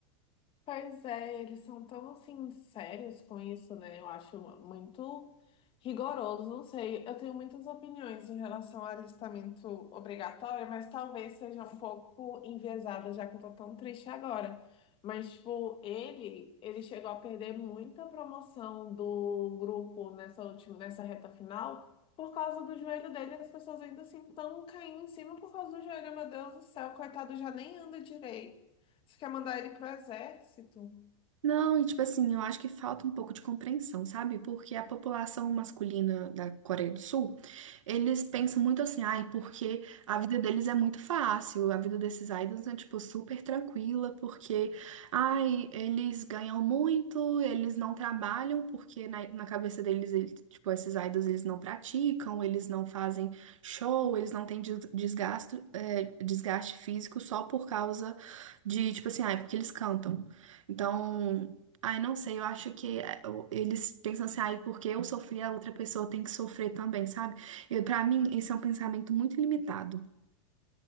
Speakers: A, on the left; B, on the right.
A: Pois é, eles são tão assim sérios com isso, né? Eu acho muito rigoroso, não sei. Eu tenho muitas opiniões em relação ao alistamento obrigatório, mas talvez seja um pouco enviesada, já que eu tô tão triste agora. Mas, tipo, ele, ele chegou a perder muita promoção do grupo nessa última, nessa reta final. Por causa do joelho dele, as pessoas ainda assim estão caindo em cima por causa do joelho. Meu Deus do céu, coitado, já nem anda direito. Você quer mandar ele pro exército?
B: Não, e tipo assim, eu acho que falta um pouco de compreensão, sabe? Porque a população masculina da Coreia do Sul, eles pensam muito assim, ai, porque a vida deles é muito fácil, a vida desses idols é, tipo, super tranquila, porque, ai, eles ganham muito, eles não trabalham, porque na, na cabeça deles, eles- tipo, esses idols, eles não praticam, eles não fazem show, eles não têm des- desgasto, é, desgaste físico só por causa de, tipo assim, ai, porque eles cantam. Então, ai, não sei, eu acho que é, eu- eles pensam assim, ai, porque eu sofri, a outra pessoa tem que sofrer também, sabe? E para mim, esse é um pensamento muito limitado.